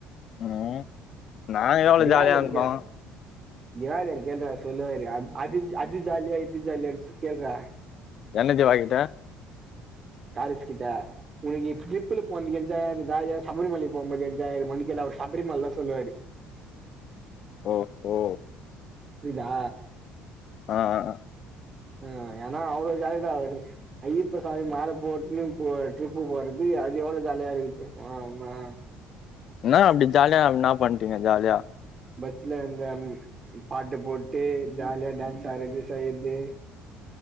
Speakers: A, on the left; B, on the right.
A: ம், நாங்க எவ்ள
B: திவாகர்
A: ஜாலியா இருந்தோ
B: கேள் <unintelligible> கேள்றா சொல்லவே இல்ல அது அது ஜாலியா இது ஜாலிய கேள்றா
A: என்னத்தியோ வாங்கிட்ட
B: <inaudible> காரிஸ் கிட்ட உனக்கு ட்ரிப்ள போனது என்ஜாயா இருந்துதா இல்ல சபரிமலைக்கு போம் போது என்ஜாய் இருக்குமா கேளு சபரிம மலை தான் சொல்லுவாரு
A: ஓ ஓ
B: புரிதா
A: ஆ ஆ
B: ஆ ஏன்னா அவளோ ஜாலியாருந்தாரு அவரு ஐயப்ப சாமி மாலை போட்டுன்னு இப்போ ட்ரிப்பு போறது அது எவ்ளோ ஜாலியா இருக்கு தெரியுமா ஆ
A: இன்னா அப்டி ஜாலியா அப்டி இன்னா பண்ட்டீங்க ஜாலியா
B: பஸ்ல அந்த பாட்டு போட்டு ஜாலியா டான்ஸ் ஆடுறது செய்யறது